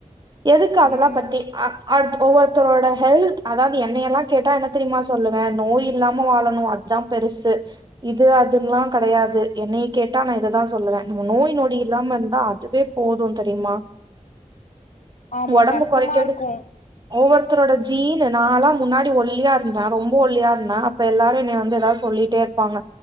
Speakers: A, on the right; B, on the left.
A: எதுக்கு அதுல்லா
B: ம்
A: பத்தி அ அடுத் ஒவ்வொருத்ரோட ஹெல்த் அதாவது என்னெயேல்லா கேட்டா எனக் தெரிமா சொல்லுவே நோய் இல்லாம வாழணு அதா பெருசு இது அதுன்லா கெடையாது என்னய கேட்டா நா இததா சொல்லுவே இந்த நோய் நொடி இல்லாம இருந்தா அதுவே போது தெரிமா
B: ஆமா
A: ஒடம்ப
B: கஷ்டமா
A: கொறைக்றதுக்கு
B: இருக்கு
A: ஒவ்வொருத்தரோட ஜீனு நாலா முன்னாடி ஒல்லியா இரு நா ரொம்போ ஒல்லியா இருந்தே அப்ப எல்லாரு எனய வந்து ஏதாது சொல்லிட்டே இருப்பாங்க